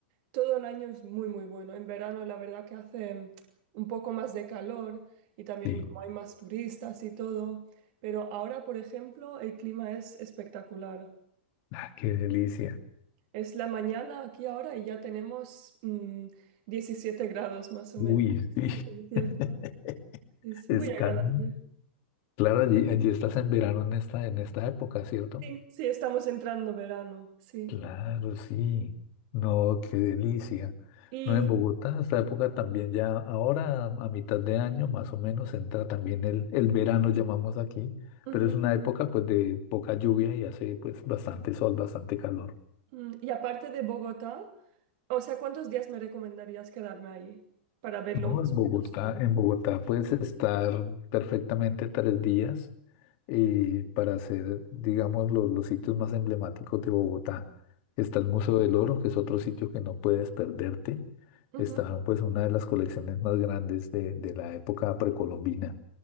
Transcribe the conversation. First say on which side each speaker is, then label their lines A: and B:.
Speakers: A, on the right (about 50°); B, on the left (about 45°).
A: todo el año es muy, muy bueno. En verano la verdad que hace mm, un poco más de calor y también
B: Sí,
A: como hay más turistas y todo. Pero ahora, por ejemplo, el clima es espectacular.
B: ah, qué delicia.
A: Es la mañana aquí ahora y ya tenemos mm, 17 grados más o menos,
B: Uy,
A: Diecisiete,
B: sí,
A: dieciocho.
B: <laughs>
A: Es
B: es
A: muy
B: caro.
A: agradable.
B: Claro, allí, allí estás en verano en esta, en esta época, ¿cierto?
A: Sí, sí, estamos entrando verano, sí.
B: Claro, sí. No, qué delicia.
A: Y,
B: No, en Bogotá, esta época también ya, ahora a mitad de año más o menos entra también el, el verano, llamamos aquí,
A: ujú,
B: pero es una época pues de poca lluvia y hace pues bastante sol, bastante calor.
A: mm, y aparte de Bogotá. O sea, ¿cuántos días me recomendarías quedarme ahí para verlo
B: No,
A: más
B: en Bogotá,
A: o menos todo?
B: en Bogotá puedes estar perfectamente tres días eh, para hacer, digamos, los, los sitios más emblemáticos de Bogotá. Está el Museo del Oro, que es otro sitio que no puedes perderte.
A: Ujú.
B: Está, pues, una de las colecciones más grandes de, de la época precolombina.